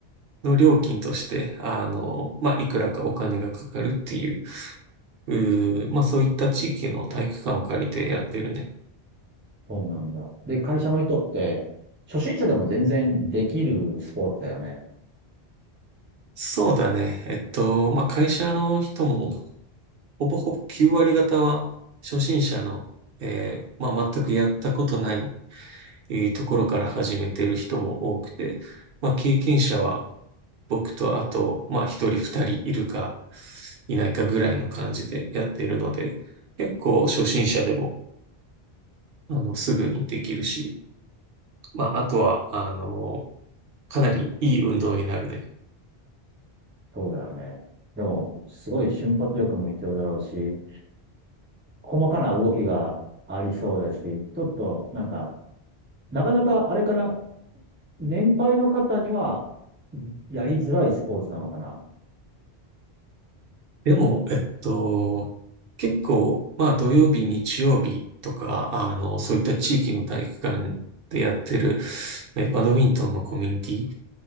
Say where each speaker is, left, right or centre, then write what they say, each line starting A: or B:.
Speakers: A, on the right; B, on the right.
A: の料金として、あの、まあ、いくらかお金がかかるっていう、うーまあ、そういった地域の体育館を借りてやってるね。
B: そうなんだ。で、会社の人って初心者でも全然できるスポーツだよね。
A: そうだね。えっと、まあ、会社の人も、ほぼほぼ9割方は、初心者の、えーまあ、全くやったことないいうところから始めてる人も多くて、まあ、経験者は僕とあと、まあ、一人二人いるかいないかぐらいの感じでやってるので、結構初心者でも、あの、すぐにできるし、まあ、あとは、あの、かなりいい運動になるね。
B: そうだよね。でも、すごい瞬発力も必要だろうし、細かな動きがありそうだし、ちょっとなんか、なかなかあれかな、年配の方には、やりづらいスポーツなのかな。
A: でも、えっと、結構、まあ土曜日、日曜日とか、あの、そういった地域の体育館でやってる、えバドミントンのコミュニティ